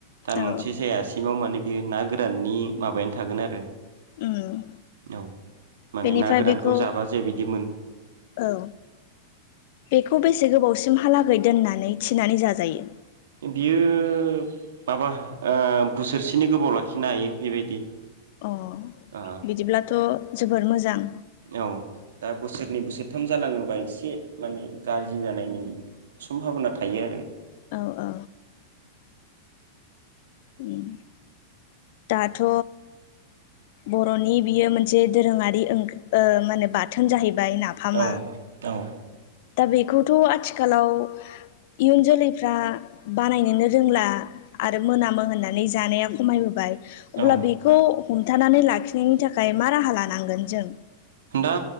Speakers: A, on the right; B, on the left.
A: दान
B: औ
A: मोनसे
B: औ
A: जायासिमाव माने बे ना गोराननि माबायानो थागोन आरो
B: उम
A: औ। माने
B: बेनिफ्राय
A: ना गोरानखौ
B: बेखौ
A: जाबा जे बिदि
B: औ बेखौ बेसे गोबावसिम हा लागै दोननानै थिनानै जाजायो?
A: बियो माबा ओ बोसोरसेनि गोबाव लाखिनो हायो बेबायदि।
B: अ
A: ओ
B: बिदिब्लाथ' जोबोर मोजां।
A: औ दा बोसोरनै बोसोरथाम जालाङोबा एसे माने गाज्रि जानायनि सम्भाबना थायो आरो।
B: औ औ। उम दाथ' बर'नि बियो मोनसे दोरोङारि ओं मा होनो बाथोन जाहैबाय। नाफामा
A: औ औ।
B: दा बेखौथ' आथिखालाव इयुन जोलैफ्रा बानायनोनो रोंला आरो मोनामो होननानै जानाया खमायबोबाय। अब्ला
A: औ
B: बेखौ हमथानानै लाखिनायनि थाखाय मा राहा लानांगोन जों?
A: दा